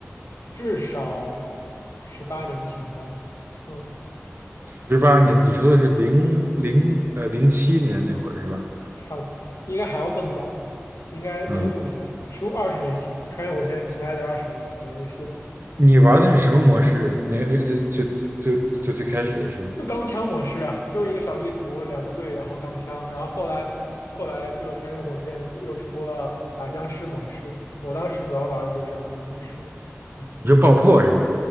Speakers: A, on the left; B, on the right.
A: 至少十八年前吧。嗯，
B: 十八年，你说的是零零呃零七年那会儿是吧？
A: 差不，应该还要更早，应该零五年，
B: 嗯，
A: 十五二十年前，穿越火线起码也得二十年前的游戏了。
B: 你玩的是什么模式？
A: 嗯。
B: 那那就就就就最开始的时候，
A: 就钢枪模式啊，就是一个小地图，两个队，然后钢枪，然后后来后来这个穿越火线又出了打僵尸模式，我当时主要玩的就是这两种模式。嗯，
B: 你就爆破是吧？